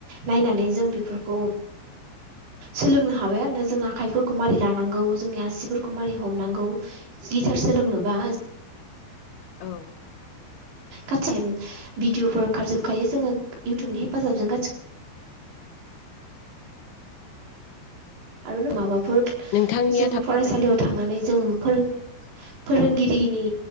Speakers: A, on the right (about 70°); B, on the left (about 70°).
A: नायनानै जों बेफोरखौ सोलोंनो हाबाय आरोना जों आखाइफोरखौ मारै लानांगौ जोंनि आसिफोरखौ मारै हमनांगौ। गिथार सोलोंनोबा
B: औ
A: गासै भिडअफोर ओंखारजोबखायो जोङो इउटुबनि हेफाजाबजों गासि आरो माबाफोर
B: नोंथांनिया
A: जोङो
B: थाबथादों
A: फरायसालियाव थांनानै जों फोरों
B: <inaudible>
A: फोरोंगिरिनि